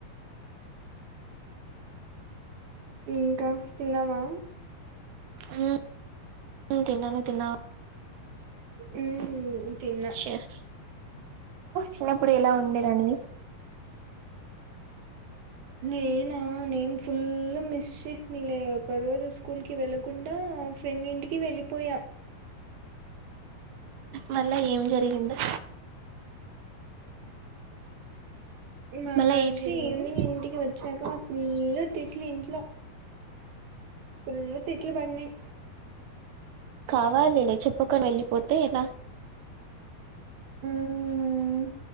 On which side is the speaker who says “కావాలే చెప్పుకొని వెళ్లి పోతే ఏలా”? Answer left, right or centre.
Right